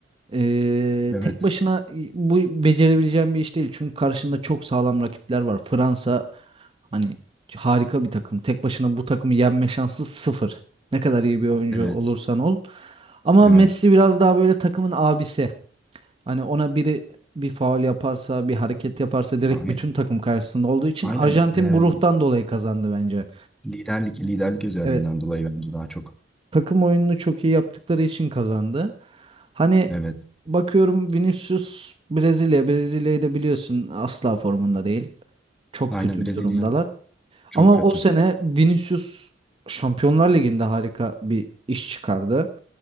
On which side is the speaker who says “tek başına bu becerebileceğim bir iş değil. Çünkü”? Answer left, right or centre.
Right